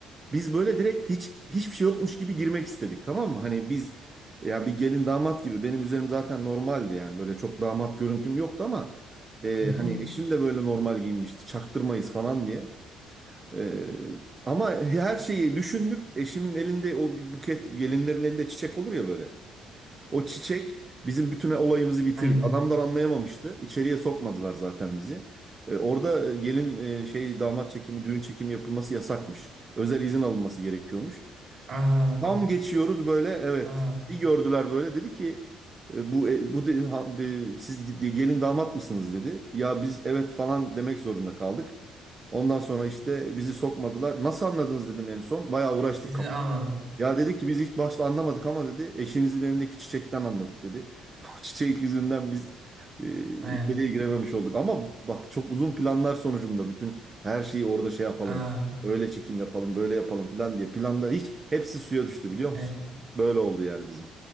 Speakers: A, on the right; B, on the right.
A: Biz böyle direkt hiç hiçbir şey yokmuş gibi girmek istedik tamam mı? Hani biz ya bir gelin damat gibi benim üzerim zaten normaldi yani böyle çok damat görüntüm yoktu ama e,
B: Hı hı.
A: hani eşim de böyle normal giyinmişti çaktırmayız falan diye. E, ama her şeyi düşündük eşimin elinde o bir buket gelinlerin elinde çiçek olur ya böyle. O çiçek bizim bütün olayımızı bitirdi.
B: Aynen.
A: Adamlar anlayamamıştı içeriye sokmadılar zaten bizi. E, Orada e, gelin e, şey damat çekimi, düğün çekimi yapılması yasakmış. Özel izin alınması gerekiyormuş.
B: Aa,
A: Tam geçiyoruz böyle evet.
B: aa.
A: Bir gördüler böyle dedi ki e, bu e, bu de, ha- e, siz gid- gelin damat mısınız dedi. Ya biz evet falan demek zorunda kaldık. Ondan sonra işte bizi sokmadılar. Nasıl anladınız dedim en son. Bayağı uğraştık
B: Sizi
A: kapıda.
B: almadım.
A: Ya dedi ki biz ilk başta anlamadık ama dedi eşinizin elindeki çiçekten anladık dedi. <laughs> O çiçek yüzünden biz e,
B: Aynen.
A: içeriye girememiş olduk. Ama bak çok uzun planlar sonucunda bütün her şeyi orada şey yapalım.
B: Aa,
A: Öyle çekim yapalım, böyle yapalım filan diye planda hiç hepsi suya düştü biliyor musun?
B: evet.
A: Böyle oldu yani bizim.